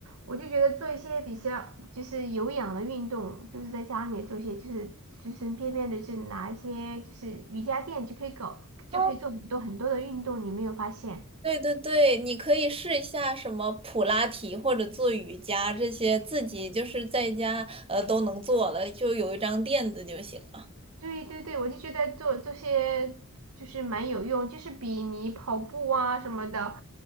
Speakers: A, on the right; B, on the right.
A: 我就觉得做一些比较就是有氧的运动，就是在家里面做一些就是随随便便的，就是拿一些就是瑜伽垫就可以搞，就可以做很多很多的运动。
B: 哦，
A: 你没有发现？
B: 对对对，你可以试一下什么普拉提或者做瑜伽这些，自己就是在家呃都能做了，就有一张垫子就行了。
A: 对对对，我就觉得做这些就是蛮有用，就是比你跑步啊什么的，